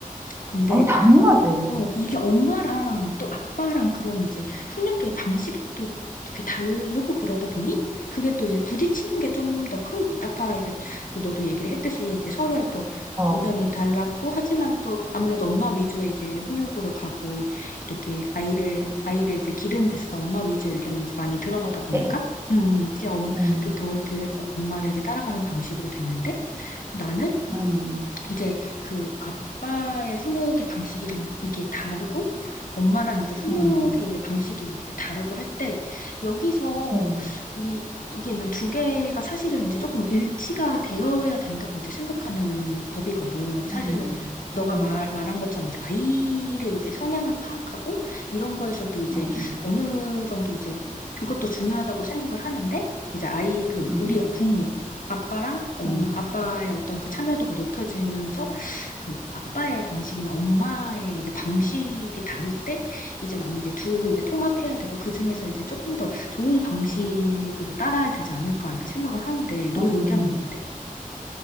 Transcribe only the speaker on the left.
근데
어, 이게 엄마랑 또 아빠랑 그런 이제 훈육의 방식이 또 이렇게 다르고 그러다 보니 그게 또 이제 부딪히는 게 좀 더 큰 것 같아. 아까 이제 너도 얘기를 했듯이 이제 서로의 또
의견이 달랐고 하지만 또 아무래도 엄마 위주의 이제 훈육으로 가고 이렇게 아이를 아이를 이제 기르는 데 있어서 엄마 위주의 의견이 이제 많이 들어가다
보니까 음, 음, 이제 엄,
이렇게 더 이렇게 엄마를 이제 따라가는 방식으로 됐는데 나는
이제 그 아빠의 훈육의 방식이랑 이게 다르고 엄마랑 이제 훈육의
이제 방식이 이제 다르고 할 때 여기서
이 이게 난 두 개가 사실은 이제 조금 일치가 되어야 된다고 이제 생각하는 법이거든. 사실은
너가
말, 말한 것처럼 이제 아이를 이제 성향을 파악하고 이런 거에서도 이제
어느 정도 이제 그것도 중요하다고 생각을 하는데 이제 아이 그
우리 부모 아빠랑 엄마,
아빠의 어떤 그 참여도가 높여지면서 그 아빠의 방식이나 엄마의 이제 방식이 다를 때 이제 나는 이제 둘을 이제 통합해야 되고 그 중에서 이제 조금 더 좋은 방식으로 따라야 되지 않을까 이렇게 생각을 하는데 너의
의견은
어때?